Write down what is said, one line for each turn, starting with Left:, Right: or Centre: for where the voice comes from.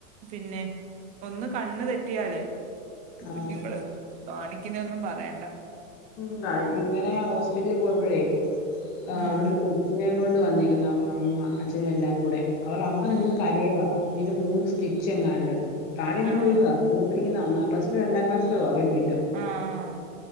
Right: പിന്നെ ഒന്ന് കണ്ണ് തെറ്റിയാലേ
Left: ആഹ്
Right: കുഞ്ഞുങ്ങള് കാണി കിനെ ഒന്നും പറയണ്ട
Left: ഉ ഇങ്ങനെ ഹോസ്പിറ്റലിൽ പോയപഴേ ആ
Right: ഉം
Left: അവിടെ ഒരു കൊച്ചിനെ കൊണ്ട് ണ്ട് വന്നേക്കുന്നു അവര്ടെ അമ്മ അച്ഛനും എല്ലാം കൂടെ അവർ അമ്മ
Right: ഉം
Left: നിന്ന് കരയുവാ കുഞ്ഞിന് മൂന്ന് സ്റ്റിച്ച് എങ്ങാണ്ട് തായെ എങ്ങാണ്ട്
Right: ആഹ്
Left: വീണതാ കൊണി പ ക്ക് ന്ന ഒന്നാക്ലാസ്സിലോ രണ്ടക്ലാസ്സിലോ ആവണ്ട
Right: അ ആഹ്